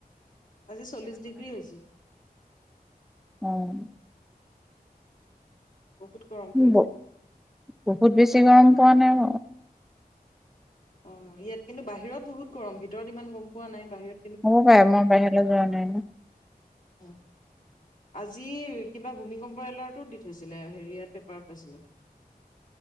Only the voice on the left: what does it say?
আজি চল্লিশ, ডিগ্ৰী হৈছে।
বহুত গৰম কৰিছে।
অ ইয়াত কিন্তু বাহিৰত বহুত গৰম ভিতৰত ইমান গম পোৱা নাই বাহিৰত <unintelligible>
উম <unintelligible> আজি কিবা ভূমিকম্প এলাৰ্টোত দি থৈছিলে হেৰিয়াত পেপাৰত পাইছিলোঁ <unintelligible> <inaudible>